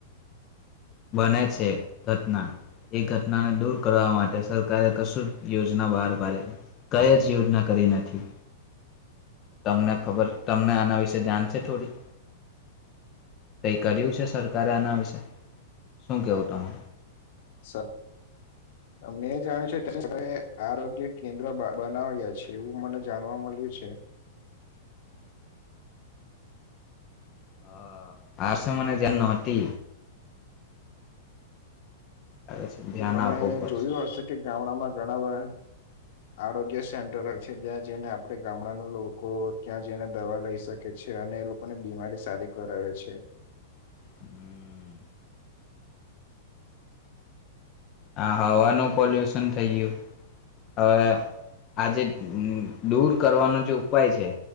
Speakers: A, on the left; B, on the left.
A: બને છે ઘટના એ ઘટ નાને દૂર કરવા માટે સરકારે કશું જ યોજના બહાર પાડી કંઈ જ યોજના કરી નથી તમને ખબર તમને આના વિશે જાણ છે થોડી? કઈ કર્યું છે સરકારે આના વિશે? શું કેવો તમે?
B: સત્ મેં જાણ છે ત્યારે આરોગ્ય કેન્દ્ર બ બનાવ્યા છે એવું મને જાણવા મળ્યું છે.
A: હા. આશ મને જે તે લાગે છે
B: તો
A: ધ્યાન
B: તમે
A: આપવું પડશે.
B: જોયું હશે કે ગામડામાં ઘણા બધા આરોગ્ય સેન્ટર હોય છે જ્યાં જઈને આપણે ગામડાના લોકો ત્યાં જઈને દવા લઈ શકે છે અને એ લોકોને બીમારી સારી કરાવે છે.
A: હમ્મ. આ હવાનું પોલ્યુસન થઈ ગ્યું હવે, આજે દૂર કરવાનો જે ઉપાય છે